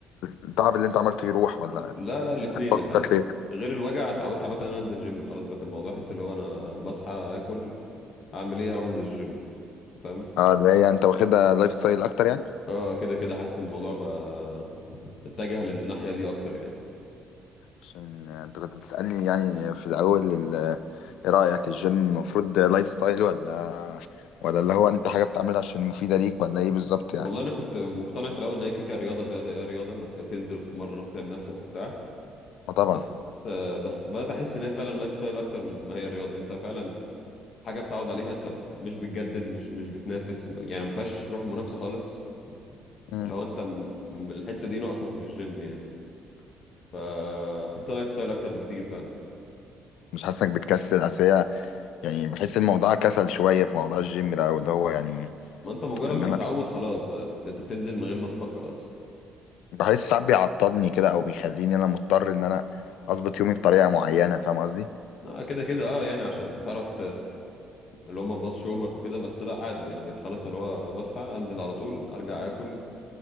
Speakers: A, on the left; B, on the left.
A: التعب اللي انت عملته يروح ولا
B: لا لا الاثنين
A: هتفكر
B: الحقيقه
A: في ايه
B: غير الوجع اتعودت عامه ان انا انزل جيم خلاص بقيت الموضوع احس اللي هو انا بصحى اكل اعمل ايه اروح انزل الجيم أنت فاهم
A: اه اللي هي انت واخدها لايف ستايل اكتر يعني
B: اه كده كده حاسس الموضوع بقى اتجه للناحيه دي اكتر يعني
A: عشان انت كنت بتسألني يعني في الاول ال... ايه رأيك الجيم المفروض لايف ستايل ولا ولا اللي هو انت حاجة بتعملها عشان مفيدة ليك ولا ايه بالظبط يعني
B: والله انا كنت مقتنع في الاول ان هي كيكه رياضه زي زي اي رياضه ما انت بتنزل وتتمرن وتتعب نفسك وبتاع
A: ما طبعا
B: بس بس بدات احس ان هي فعلا لايف ستايل اكتر من ما هي الرياضه انت فعلا حاجه بتعود عليها انت مش بتجدد مش مش بتنافس يعني ما فيهاش روح منافسه خالص
A: مم.
B: فاللي هو انت م- م- الحته دي ناقصه في الجيم يعني فحسها لايف ستايل اكتر بكتير فعلا
A: مش حاسس انك بتكسل اصل هي يعني بحس الموضوع كسل شوية في موضوع الجيم ده أو اللي هو يعني
B: ما انت مجرد
A: إن
B: ما
A: أنا
B: تتعود خلاص بقى انت بتنزل من غير ما تفكر اصلا
A: بحس ساعات بيعطلني كده أو بيخليني أنا مضطر إن أنا أظبط يومي بطريقة معينة فاهم قصدي؟
B: لا كده كده اه يعني عشان تعرف اللي هو ما تبصش يومك وكده بس لا عادي انا بقيت خلاص اللي هو بصحى انزل على طول ارجع اكل